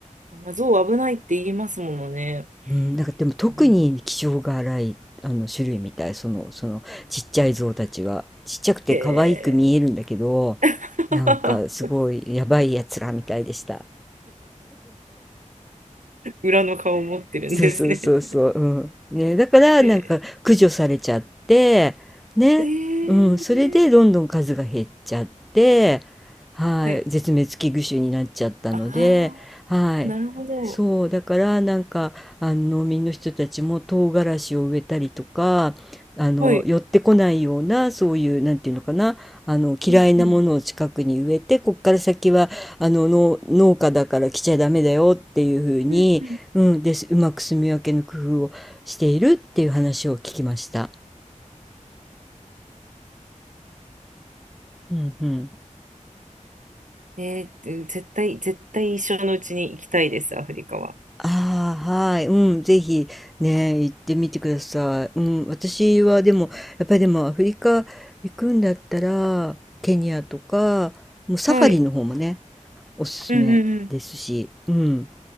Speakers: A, on the right; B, in the centre.
A: まあ、象危ないって言いますものね。
B: うん、なんかでも特に気性が荒いあの種類みたい、
A: うん
B: その、そのちっちゃい象たちは。ちっちゃくて可愛く見えるんだけど、
A: へえ。<laughs>
B: なんかすごいやばいやつらみたいでした。
A: 裏の顔を持ってるんですね。
B: そうそうそうそう、うん。ね、だからなんか駆除されちゃって、
A: へえ、
B: ね、
A: ええ、
B: うん、それでどんどん数が減っちゃって、はい、
A: はい。
B: 絶滅危惧種になっちゃったので、
A: あ
B: はい、
A: あ、なるほど。
B: そう、だからなんか、あの農民の人たちも唐辛子を植えたりとか、あの寄ってこないようなそういうなんていうのかなあの嫌いなものを近くに植えてこっから先はあの農農家だから来ちゃダメだよっていうふうにうん、
A: はい。うんうん。うんうん。
B: です。うまく住み分けの工夫をしているっていう話を聞きました。うんうん。
A: えー、絶対、絶対一生のうちに行きたいです、アフリカは。
B: ああ、はい。うん、ぜひね、行ってみてください。うん、私はでも、やっぱりでもアフリカ行くんだったら、ケニアとか、もうサファリの方もね、
A: はい。
B: おすすめですし、
A: うんうんうん。
B: うん、